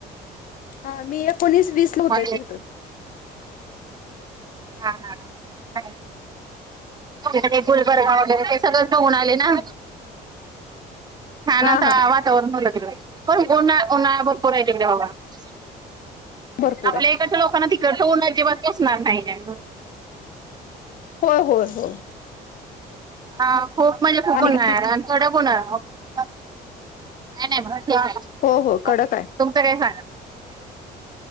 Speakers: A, on the left; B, on the right.
A: -हा मी एकोणीस वीस
B: <unintelligible>
A: ला होते
B: मा
A: तिथं
B: हा हा. <inaudible> <inaudible> गुलबर्गा वगैरे ते सगळं बघून आले ना छान
A: हा
B: असा
A: हा हा
B: वा. लाग पणनर पोराग बाबा <unintelligible>
A: भरपूर
B: आपल्या
A: आहे.
B: लोकांना तिकट होऊणार तेेव्हा बसणार नाही <unintelligible>
A: हो हो होय
B: हा खूप म्हणजे खूपर
A: आणि
B: <inaudible>
A: काय
B: ड कोन का नाही <inaudible>
A: हो हो कडक आहे.
B: तुमचं काय सांगा.